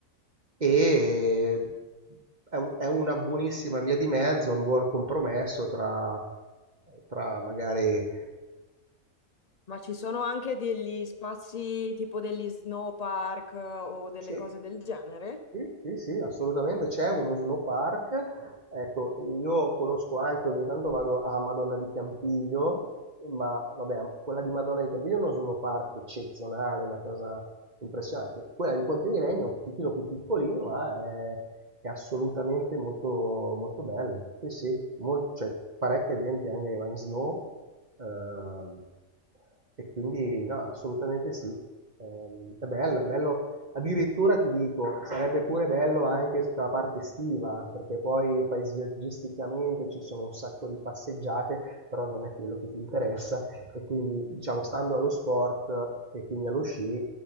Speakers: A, on the right (about 35°); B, on the left (about 50°).
A: e eh, è un- è una buonissima via di mezzo, un buon compromesso tra, tra magari eh,
B: Ma ci sono anche degli spazi tipo degli snow park eh, o delle
A: sì,
B: cose del genere?
A: Sì, sì, sì, assolutamente c'è uno snow park. Ecco, io conosco anche, ogni tanto vado a Madonna di Campiglio, ma vabbè, quella di Madonna di Campiglio è uno snow park eccezionale, una cosa impressionante. Quella di Ponte di Legno è un pochino più piccolino, ma è, è assolutamente molto, molto bello. Sì, sì, mol- c'è parecchia gente anche che va in snow, ehm, e quindi no, assolutamente sì. Ehm, è bello, è bello Addirittura ti dico, sarebbe pure bello anche sulla parte estiva, perché poi paesaggisticamente ci sono un sacco di passeggiate, però non è quello che ti interessa e quindi diciamo stando allo sport e quindi allo sci,